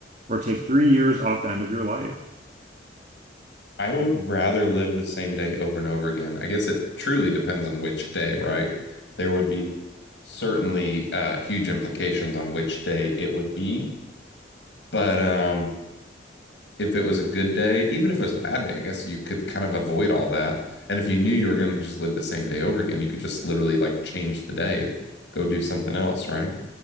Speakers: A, on the right; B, on the left.
A: or take three years off the end of your life?
B: I would rather live the same day over and over again. I guess it truly depends on which day, right? There would be certainly uh, huge implications on which day it would be. But um, if it was a good day, even if it was a bad day, I guess you could kind of avoid all that. And if you knew you were going to just live the same day over again, you could just literally like change the day, go do something else, right?